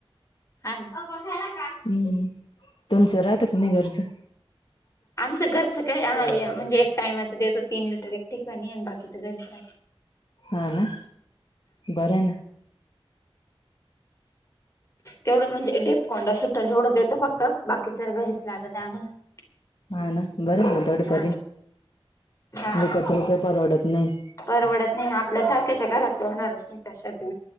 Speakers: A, on the left; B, on the left.
A: हा का
B: हम्म तुमचं राहतं क नाही घरचं
A: आमचं घरचं काय म्हणजे एक टाइमाच देतो तीन लिटर एक ठिकाणी आणि बाकीच घरीच ह
B: हा ना बरं ना
A: तेवढं म्हणजे डेिपकोंडा सुटला एवढं देतो फक्त बाकीच घरीच लागत आम्हाला
B: हा ना बर ना तेवढं
A: हा
B: तरी
A: हा.
B: विकत <unintelligible> परवडत. नाही
A: परवडत नाही ना आपल्या सारख्याच्या घरात टर होणारच नाही त्याशात बी